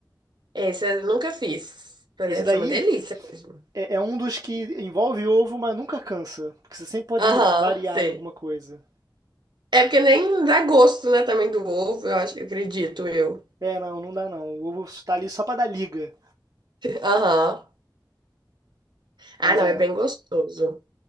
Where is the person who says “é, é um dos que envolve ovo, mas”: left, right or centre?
Right